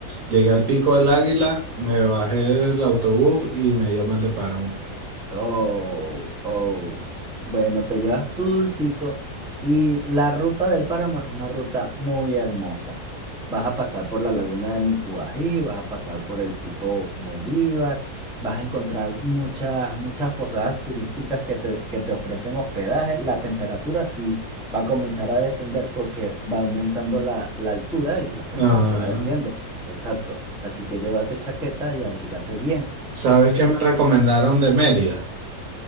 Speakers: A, on the right; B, in the centre.
A: llegué al Pico del Águila, me bajé del autobús y me dio mal de páramo.
B: Oh, oh. Bueno, te llevas tu dulcito y la ruta del páramo es una ruta muy hermosa. Vas a pasar por la laguna de Mucubají, vas a pasar por el Pico Bolívar, vas a encontrar muchas, muchas posadas turísticas que te, que te ofrecen hospedaje. La temperatura sí va a comenzar a descender porque va aumentando la, la altura y la temperatura
A: Ah,
B: desciende. Exacto. Así que llévate chaqueta y abrígate bien.
A: ¿sabes
B: De,
A: qué me recomendaron de Mérida?